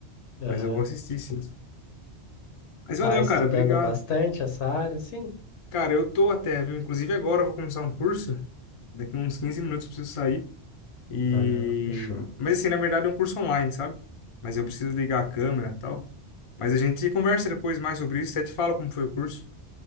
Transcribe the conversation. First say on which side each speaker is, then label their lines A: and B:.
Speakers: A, on the left (about 80°); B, on the left (about 45°).
A: Aham.
B: Mas eu vou assistir, sim. Mas
A: Tá
B: valeu,
A: estudando
B: cara. Obrigado.
A: bastante essa área, sim?
B: Cara, eu tô até, viu? Inclusive agora eu vou começar um curso. Daqui uns 15 minutos eu preciso sair. E...
A: Ah, fechou.
B: Mas assim, na verdade é um curso online, sabe? Mas eu preciso ligar a câmera e tal. Mas a gente conversa depois mais sobre isso. Até te falo como foi o curso.